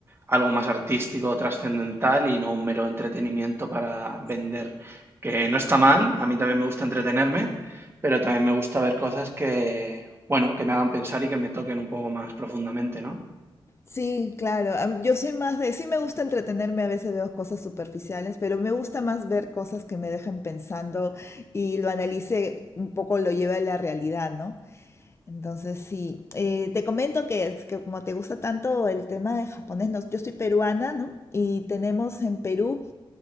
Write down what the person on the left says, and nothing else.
Sí, claro. am- Yo soy más de, sí me gusta entretenerme, a veces veo cosas superficiales, pero me gusta más ver cosas que me dejen pensando y lo analice un poco, lo lleve a la realidad, ¿no? Entonces, sí, Eh, te comento que, es que como te gusta tanto el tema de japonés, nos- yo soy peruana, ¿no? Y tenemos en Perú